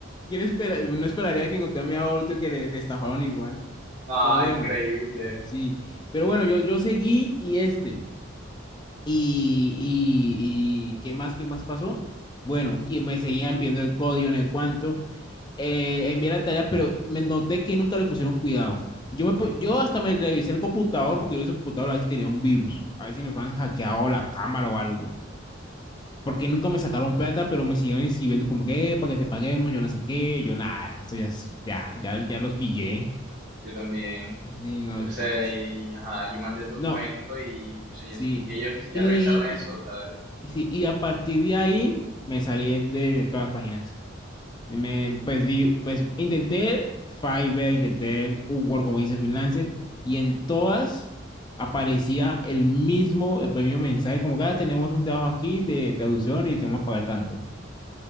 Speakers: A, on the left; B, on the right.
A: quién espera? No esperaría que encontré a mi aborto que le, le estafaron igual.
B: No,
A: Pero bueno,
B: increíble.
A: sí. Pero bueno, yo, yo seguí y este. Y, y, y ¿qué más, qué más pasó? Bueno, y me seguían pidiendo el código en el cuánto Eh, envié la tarea, pero me noté que nunca le pusieron cuidado. Yo, me, pu- yo hasta me revisé el computador porque yo ese computador a ver si tenía un virus. A ver si me habían hackeado la cámara o algo porque nunca me sacaron plata, pero me siguieron escribiendo como que, "Eh, para que te paguemos, yo no sé qué, yo nada, esto ya, es- ya, ya, ya los pillé.
B: Yo también.
A: Sí, no,
B: O sea,
A: fe-
B: y, ajá, yo mandé el documento
A: no,
B: y, o sea, yo
A: sí.
B: sentí que ellos ni siquiera
A: Y,
B: revisaron eso, ¿sabes?
A: y sí, y a partir de ahí me salí de, de todas las páginas. Me, pues, di- pues intenté Fiverr, intenté Upwork, como dice freelancer, y en todas aparecía el mismo, el mismo mensaje, como que "Ah, tenemos un trabajo aquí de traducción y te vamos a pagar tanto.